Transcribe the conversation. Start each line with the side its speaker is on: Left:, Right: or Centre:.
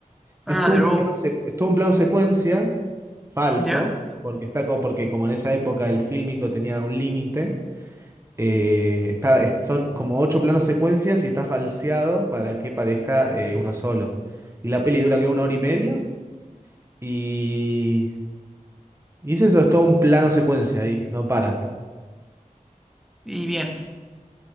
Right: Es
Centre: Ah,
Right: todo
Centre: The
Right: un plano,
Centre: Rope.
Right: se- es todo un plano secuencia falso,
Centre: ¿Ya?
Right: porque está como, porque como en esa época el fílmico tenía un límite, eh, está, es- son como ocho planos secuencias y está falseado para que parezca eh, uno solo. Y la peli dura que una hora y media y, y es eso, es todo un plano secuencia ahí, no para.
Centre: Y bien,